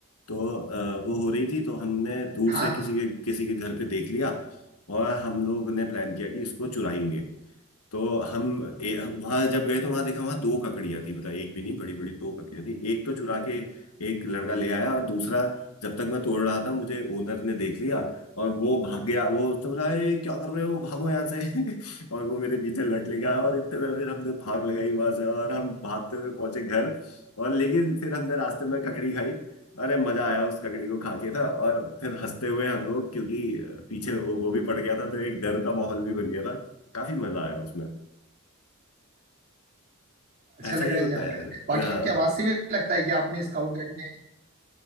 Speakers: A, on the left; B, on the right.
A: तो अ, वो हो रही थी तो हमने दूर
B: हाँ
A: से
B: हाँ
A: किसी के किसी के घर पे देख लिया और हम लोग ने प्लान किया कि इसको चुराएंगे तो हम ए, वहां जब गए तो वहां देखा वहां दो ककड़ियां थी मतलब एक भी नहीं बड़ी बड़ी दो ककड़ियां थी एक तो चुरा के एक लड़का ले आया और दूसरा जब तक मैं तोड़ रहा था मुझे ओनर ने देख लिया और वो भाग गया वो तो बोला "ए, क्या कर रहे हो भागो यहाँ से <laughs> और वो मेरे पीछे लट ले गया और इतने में फिर हमने भाग लगाई वहां से और हम भागते हुए पहुंचे घर और लेकिन फिर हमने रास्ते में ककड़ी खाई अरे मजा आया उस ककड़ी को खा के था और फिर हंसते हुए हम लोग क्योंकि पीछे वो वो भी पड़ गया था तो एक डर का माहौल भी बन गया था काफी मजा आया उसमें
B: अच्छा
A: ऐसा
B: लगा
A: ही होता
B: ये जानकर
A: है अ,
B: बाकी आपकी आवाज से भी लगता है कि आपने स्काउट गाइड